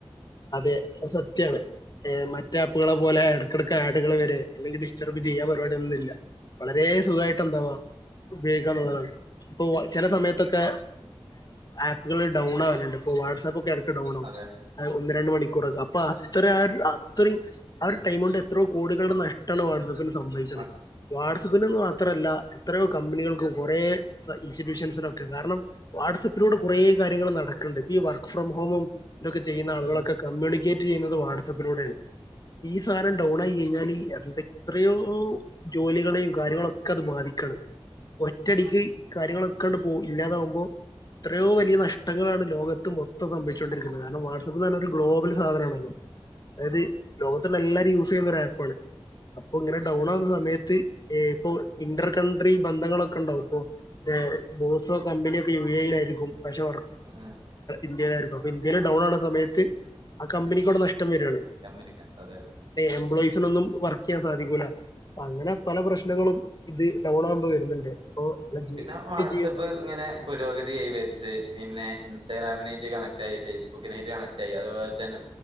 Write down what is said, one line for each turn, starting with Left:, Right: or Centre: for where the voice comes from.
Left: അതെ അ സത്യാണ് മറ്റ ആപ്പുകളെ പോലെ ഇടക്കിടക്ക് ആടുകൾ വരെ അല്ലെങ്കിൽ ചെറുപ്പ്
Right: ഉം,
Left: ചെയ്യാൻ പരിപാടിയൊന്നുംഇല്ല വളരെ സുഖമായിട്ട് എന്താവാ ഉപയോഗിക്കാുള്ളതാണ്. ഇപ്പൊ ചില സമയത്തൊക്കെ ആപ്പുകൾ ഡൗൺ ആവലുണ്ട് ഇപ്പോൊ വാട്സആപ്പ് ഒക്കെ എടക്ക ഡൗൺ ആകും
Right: അതെ
Left: ഒന്ന് രണ്ട് മണിക്കൂറക്കെ അപ്പൊ അത്ര ആ അത്രയും ആ ഒരു ടൈം കൊണ്ട് എത്രോ കോടികളുടെ നഷ്ടാണ് വാട്സആപ്പിൽ സംഭവിച്ചത്
Right: വാട്സ്
Left: വാട്സആപ്പിൽ നിന്ന് മാത്രമല്ല എത്രയോ കമ്പനികൾക്കും കുറേ ഇൻസ്റ്റിറ്റ്യൂഷൻസിനൊക്കെ കാരണം. വാട്സആപ്പിലൂടെ കുറേ കാര്യങ്ങൾ നടക്കണ്ട് ഇപ്പ ഈ വർക്ക് ഫ്രം ഹോമും ഇതൊക്കെ ചെയ്യുന്ന ആളുകളൊക്കെ
Right: ഉം
Left: കമ്മ്യൂണിക്കേറ്റ് ചെയ്യുന്നത് വാട്സആപ്പിലൂടെയാണ്. ഈ സാധനം ഡൗൺ ആയി കഴിഞ്ഞാൽ എന്ത എത്രയോ ജോലികളെയും കാര്യങ്ങളൊക്കെ അത് ബാധിക്കാണ് ഒറ്റടിക്ക് കാര്യങ്ങളൊക്കണ്ട് പോ ഇല്ലാതാാവുമ്പോ എത്രയോ വലിയ നഷ്ടങ്ങളാണ് ലോകത്ത് മൊത്തം സംഭവിച്ചുകൊണ്ടിരിക്കുന്നത് കാരണം. ഒരു ഗ്ലോബൽ സാധനമാണല്ലോ അതായത് ലോകത്തിലുള്ള എല്ലരും യൂസ് ചെയ്യുന്ന ഒരു ആപ്പ്ണ് അപ്പൊ ഇങ്ങനെ ഡൗൺ ആവുന്ന സമയത്ത് ഇപ്പൊ ഇന്റർ കൺട്രി ബന്ധങ്ങളൊക്കെ ഉണ്ടാവും ഇപ്പോ ബോസോ കമ്പനിയ ഒക്കെ യു എ ഇ ല ആയിരിക്കും. പക്ഷെ
Right: ഉം
Left: ഇന്ത്യയിലായിരിക്കും അപ്പൊ ഇന്ത്യൽ ഡൗൺ ആണ സമയത്ത് ആ കമ്പനിക്ക്ടെ നഷ്ടം വരിണ്.
Right: കമ്പനിക്ക് അതെ അതെ
Left: എംപ്ലോയിസിനൊന്നും വർക്ക് ചെയ്യാൻ സാധിക്കൂല്ല. അ അങ്ങനെ പല പ്രശ്നങ്ങളും ഇത് ഡൗൺ ആകുമ്പോ വരുന്നുണ്ട്. അപ്പൊ നമ്മളെ ജീ
Right: പിന്നെ
Left: നിത്യ
Right: വാട്സആപ്പ്
Left: ജീവിതത്തിൽ
Right: ഇങ്ങനെ. പുരോഗതി കൈവരിച്ച് പിന്നെ ഇൻസ്റ്റാഗ്രാമിനായിട്ട് കണക്ട് ആായി ഫേസ്ബുക്കിനായിട്ട് കണക് ആായി അതുപോലെ ഇ